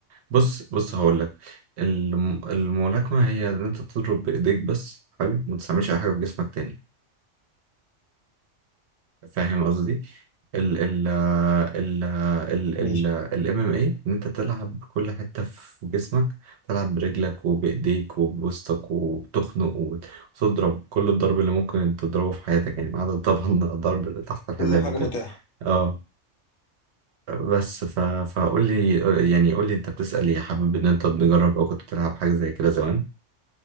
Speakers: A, on the right (about 65°); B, on the left (about 70°).
A: بص بص هقول لك الم... الملاكمه هي ان انت تضرب بايديك بس حلو ما تستعملش اي حاجه بجسمك تاني فاهم قصدي ال ال ال ال
B: ماشي
A: ال الام ام اي ان انت تلعب بكل حته في جسمك تلعب برجلك وبايديك وبوسطك وبتخنق وبت- وتضرب كل الضرب اللي ممكن تضربه في حياتك يعني ما عدا طبعا <laughs> الضرب اللي تحت الحزام
B: كل حاجة
A: وكده
B: متاحة
A: آه. بس ف... فقول لي يعني قول لي انت بتسأل ايه حابب ان انت تجرب او كنت بتلعب حاجة زي كده زمان